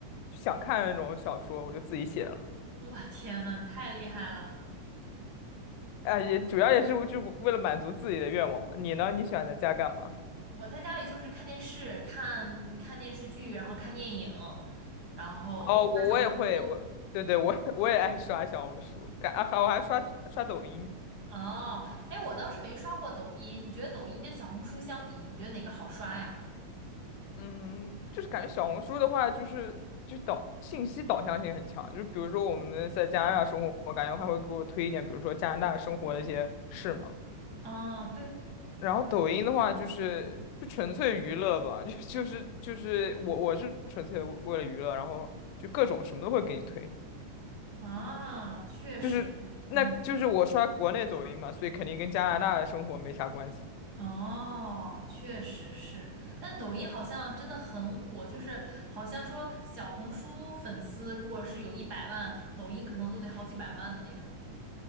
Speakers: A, on the left; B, on the right.
A: 想看的那种小说，我就自己写了。
B: 哇，天呐，你太厉害了！
A: 哎，也主要也是就为了满足自己的愿望嘛。你呢？你喜欢在家干嘛？
B: 我在家里就是看电视、看看电视剧，然后看电影，然后看小红书。
A: 哦，我我也会，我对对，我也 <laughs> 我也爱刷小红书，感啊，我还刷刷抖音。
B: 哦，哎，我倒是没刷过抖音。你觉得抖音跟小红书相比，你觉得哪个好刷呀？
A: 嗯，就是感觉小红书的话，就是就导信息导向性很强。就比如说我们在加拿大生活，我感觉他会给我推一点，比如说加拿大生活的一些事嘛。
B: 哦，对，
A: 然后抖音的话，就是就纯粹娱乐吧，<laughs> 就就是就是我我是纯粹为为了娱乐，然后就各种什么都会给你推，
B: 啊，确实是，
A: 就是那就是我刷国内抖音嘛，
B: 嗯。
A: 所以肯定跟加拿大的生活没啥关系。
B: 哦，确实是，但抖音好像真的很火，就是好像说小红书粉丝如果是有一百万，抖音可能都得好几百万的那种。